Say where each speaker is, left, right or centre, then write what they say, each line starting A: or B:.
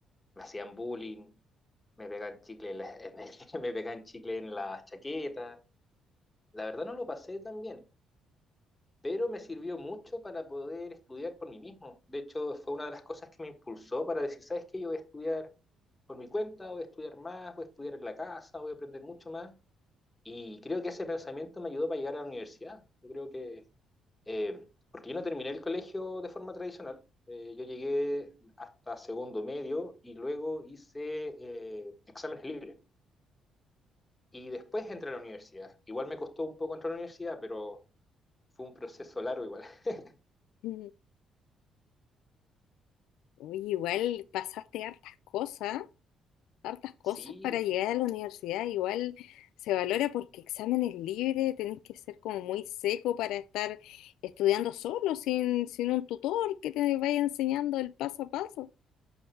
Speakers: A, on the left; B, on the left.
A: me hacían bullying, me pegaban chicle en la- <laughs> en el- me pegaban chicle en la chaqueta. La verdad no lo pasé tan bien pero me sirvió mucho para poder estudiar por mí mismo. De hecho, fue una de las cosas que me impulsó para decir, ¿sabes qué? Yo voy a estudiar por mi cuenta, voy a estudiar más, voy a estudiar en la casa, voy a aprender mucho más. Y creo que ese pensamiento me ayudó para llegar a la universidad. Yo creo que, eh, porque yo no terminé el colegio de forma tradicional, eh, yo llegué hasta segundo medio y luego hice eh, exámenes libres. Y después entré a la universidad. Igual me costó un poco entrar a la universidad, pero fue un proceso largo igual. <laughs>
B: Mm. Oye, igual pasaste hartas cosas. hartas cosas
A: Sí,
B: para llegar a la universidad. Igual se valora porque exámenes libres, tenés que ser como muy seco para estar estudiando solo, sin, sin un tutor que te vaya enseñando el paso a paso.